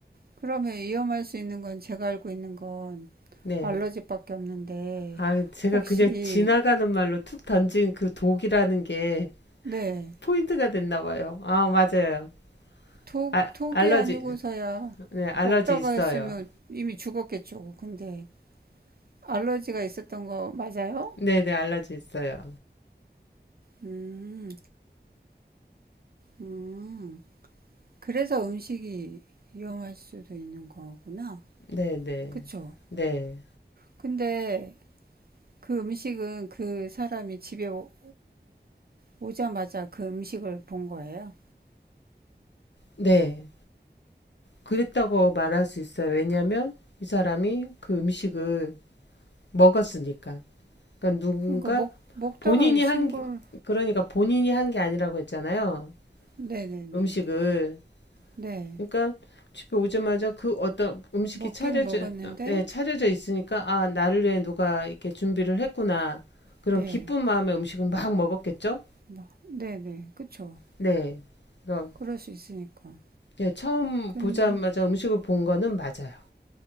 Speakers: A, on the right (about 55°); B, on the left (about 75°).
A: 그러면 위험할 수 있는 건 제가 알고 있는 건
B: 네.
A: 알러지밖에 없는데
B: 아, 제가
A: 혹시
B: 그냥 지나가는 말로 툭 던진 그 독이라는 게
A: 네,
B: 포인트가 됐나 봐요. 아, 맞아요.
A: 독,
B: 아,
A: 독이
B: 알러지,
A: 아니고서야
B: 네, 알러지
A: 먹다가
B: 있어요.
A: 했으면 이미 죽었겠죠. 근데 알러지가 있었던 거 맞아요?
B: 네네, 알러지 있어요.
A: 음, 음. 그래서 음식이 위험할 수도 있는 거구나.
B: 네네, 네,
A: 그쵸?
B: 네.
A: 근데 그 음식은 그 사람이 집에 오- 오자마자 그 음식을 본 거예요.
B: 네. 그랬다고 말할 수 있어요. 왜냐면 이 사람이 그 음식을 먹었으니까. 그러니까 누군가
A: 그러니까 먹, 먹다가
B: 본인이
A: 신고를,
B: 한, 게- 그러니까 본인이 한 게 아니라고 했잖아요.
A: 네네네.
B: 음식을.
A: 네.
B: 그러니까 집에 오자마자 그 어떤 음식이
A: 먹기는
B: 차려져,
A: 먹었는데,
B: 네 차려져 있으니까 아, 나를 위해 누가 이렇게 준비를 했구나. 그런
A: 네.
B: 기쁜 마음에 음식을 막 먹었겠죠?
A: 뭐, 네네. 그쵸.
B: 네. 그럼
A: 그럴 수 있으니까.
B: 예, 처음
A: 근,
B: 보자마자 음식을 본 거는 맞아요.